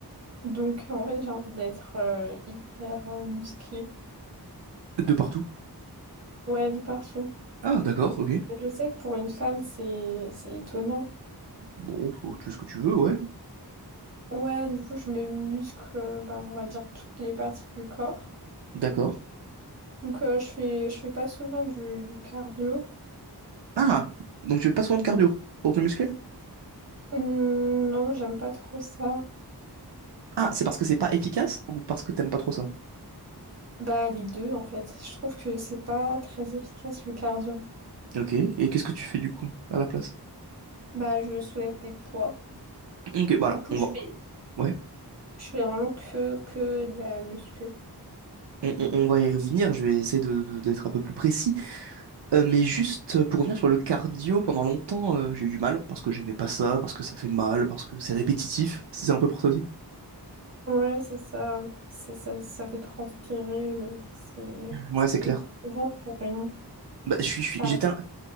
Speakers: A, on the right; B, on the right.
A: Donc, euh, en fait, j'ai envie d'être euh, hyper euh, musclée.
B: De partout?
A: Ouais, de partout.
B: Ah, d'accord, ok.
A: Je sais que pour une femme, c'est c'est étonnant.
B: Bon, faut- tu fais ce que tu veux, ouais.
A: Ouais, du coup, je me muscle, euh, ben, on va dire, toutes les parties du corps.
B: D'accord.
A: Donc, euh, je fais, je fais pas souvent du, du cardio.
B: Ah, donc tu fais pas souvent de cardio pour te muscler?
A: Hum, non, j'aime pas trop ça.
B: Ah, c'est parce que c'est pas efficace ou parce que t'aimes pas trop ça?
A: Bah, les deux, en fait. Je trouve que c'est pas très efficace, le cardio.
B: Ok, et qu'est-ce que tu fais du coup à la place?
A: Bah, je soulève des poids.
B: Ok, bah alors,
A: Du coup,
B: on
A: je
B: va.
A: fais
B: Ouais,
A: Je fais vraiment que, que de la muscu.
B: on, on- on va y revenir, je vais essayer de, de- d'être un peu plus précis. Euh, mais juste euh, pour revenir sur le cardio, pendant longtemps, euh, j'ai eu du mal parce que j'aimais pas ça, parce que ça fait mal, parce que c'est répétitif. si C'est un peu pour ça aussi.
A: Ouais, c'est ça. C'est ça, ça fait transpirer, mais c'est
B: Ouais,
A: c'est
B: c'est clair.
A: éprouvant pour rien.
B: Bah, je suis, je suis-
A: Ça...
B: j'étais un,